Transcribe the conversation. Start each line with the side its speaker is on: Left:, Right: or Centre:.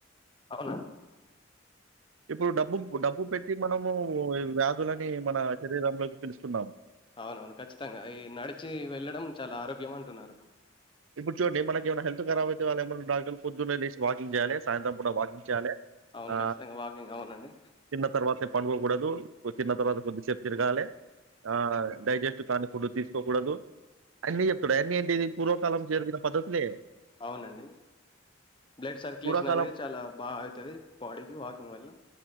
Left: అవునా
Right: ఇప్పుడు డబ్బు డబ్బు పెట్టి మనము వ్యాధులని మన శరీరంలోకి పిలుస్తున్నాము
Left: అవునవును ఖచ్చితంగా ఈ నడిచి వెళ్ళడం చాలా ఆరోగ్యం అంటున్నారు
Right: కుర్చొని మనకి ఏమైనా హెల్త్ ఖరాబ్ అయితే వాళ్ళు ఏమన్నా డాక్టర్లు పొదున్నేలేసి వాకింగ్ చేయాలె సాయంత్రం పూట వాకింగ్ చేయాలె
Left: అవును
Right: అ..
Left: ఖచ్చితంగా వాకింగ్ అవునండి
Right: తిన్న తర్వాతె పడుకోకూడదు తిన్న తర్వాత కొద్దిసేపు తిరగాలె ఆ డైజెస్ట్ కానీ ఫుడ్ తీసుకోకూడదు అన్నీ చెప్తాడు అయ్యన్నీ ఏంటిది పూర్వ కాలం జరిగిన పద్ధతిలే
Left: అవునండి బ్లడ్ సర్కులేషన్
Right: పూర్వకాలం
Left: అనేది చాలా బా అయితది బాడీకి వాకింగ్ వల్ల